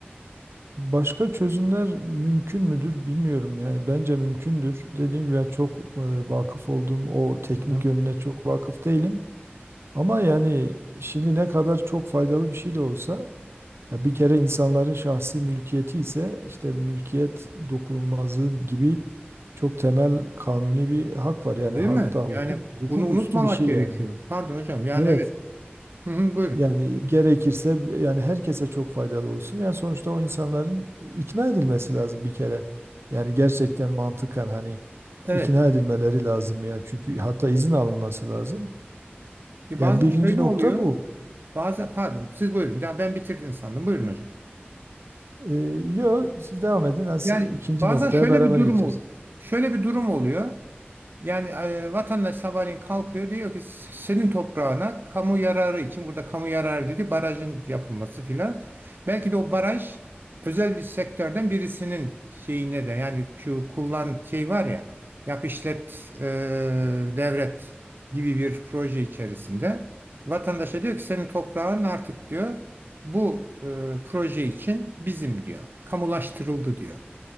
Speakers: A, on the right (about 85°); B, on the right (about 55°).
A: Başka çözümler mümkün müdür bilmiyorum yani bence mümkündür. Dediğim gibi ben çok e, vakıf olduğum o teknik
B: Hı.
A: yönüne çok vakıf değilim. Ama yani şimdi ne kadar çok faydalı bir şey de olsa ya bir kere insanların şahsi mülkiyeti ise işte mülkiyet dokunulmazlığı gibi çok temel kanuni bir hak var. Yani
B: Değil
A: hatta
B: mi?
A: hukuk
B: Yani
A: hukuk
B: bunu unutmamak
A: üstü bir şey
B: gerekiyor.
A: yani.
B: Pardon hocam. Yani
A: Evet.
B: evet. Hı hı, buyurun.
A: Yani gerekirse yani herkese çok faydalı olsun. Yani sonuçta o insanların ikna edilmesi lazım bir kere. Yani gerçekten mantıken hani
B: Evet.
A: ikna edilmeleri lazım yani. Çünkü hatta izin alınması lazım.
B: Ki
A: Yani
B: Bazen
A: birinci
B: şöyle
A: nokta
B: oluyor.
A: bu.
B: Bazen pardon siz buyurun. Ben ben bitirdin sandım. Buyurun hocam.
A: Ee, yo siz devam edin. Yani siz-
B: Yani
A: ikinci
B: bazen
A: noktaya
B: şöyle
A: beraber
B: bir durum
A: geçeriz.
B: ol, şöyle bir durum oluyor. Yani e, vatandaş sabahleyin kalkıyor diyor ki "S- senin toprağına kamu yararı için burada kamu yararı dedi barajın yapılması filan. Belki de o baraj özel bir sektörden birisinin şeyine de yani şu kullan şey var ya yap işlet e, devret gibi bir proje içerisinde vatandaşa diyor ki senin toprağın artık diyor bu e, proje için bizim diyor kamulaştırıldı diyor.